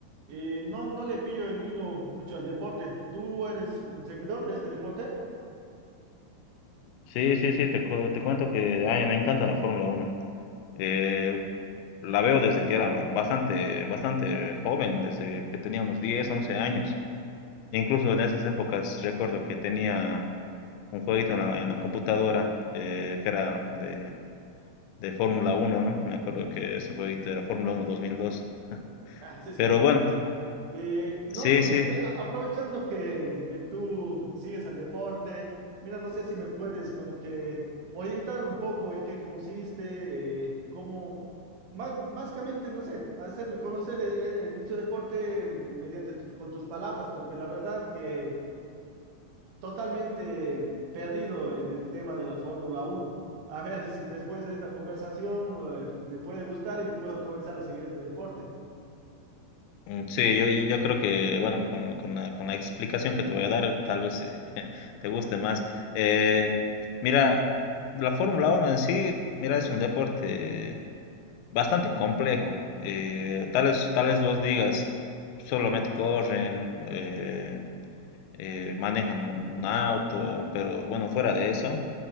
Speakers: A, on the right; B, on the left.
A: Eh, no, no le pillo el hilo mucho al deporte. ¿Tú eres un seguidor de este deporte?
B: Sí, sí, sí, te, cu- te cuento que a mí me encanta la Fórmula Uno. Eh, la veo desde que era bastante, bastante joven, desde que tenía unos 10, 11 años. Incluso en esas épocas recuerdo que tenía un jueguito en la, en la computadora eh, que era de, de Fórmula Uno ¿no? Me acuerdo que ese jueguito era Fórmula 1 2002.
A: Ah, se escucha.
B: Pero bueno,
A: Eh, no,
B: sí,
A: no
B: sí,
A: te, a- aprovechando que, que tú sigues al deporte, mira, no sé si me puedes como que orientar un poco en qué consiste, eh, cómo, ma- básicamente, no sé, hacerme conocer el, el- el dicho deporte mediante tus- con tus palabras, porque la verdad que totalmente perdido en el tema de la Fórmula Uno. A ver si después de esta conversación, eh, me puede gustar y puedo comenzar a seguir este deporte.
B: mm, sí, yo, yo creo que, bueno, con, con la, con la explicación que te voy a dar, tal vez eh, te guste más. Eh, mira, la Fórmula Uno en sí, mira, es un deporte bastante complejo. Eh, tales, tales vos digas, solamente corren, eh, eh, manejan un, un auto, pero bueno, fuera de eso,